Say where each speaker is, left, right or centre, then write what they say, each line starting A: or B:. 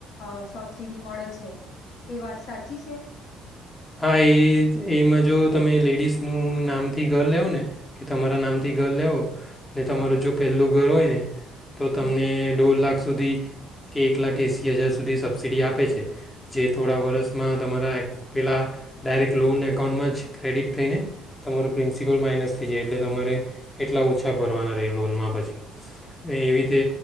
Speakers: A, on the left; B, on the left.
A: અ સબસીડી મળે છે, એ વાત સાચી છે?
B: હા એ જ, એમાં જો તમે લેડીસનું નામથી ઘર લેવ ને ક તમારા નામથી
A: હમ.
B: ઘર લેવો ને તમારું
A: હા
B: જો પેલ્લુ ઘર હોયને તો
A: હમ
B: તમને દોઢ લાખ સુધી કે એક લાખ એંસી હજાર સુધી સબસિડી આપે છે, જે થોડા વરસમાં તમારા એક પેલાં ડાયરેક્ટ લોન એકાઉન્ટમાં જ ક્રેડિટ થઈને તમારો પ્રિન્સિપલ માઇનસ થઈ જાય, એટલે તમારે એટલા ઓછા ભરવાના રેય લોનમાં પછી, એવી તે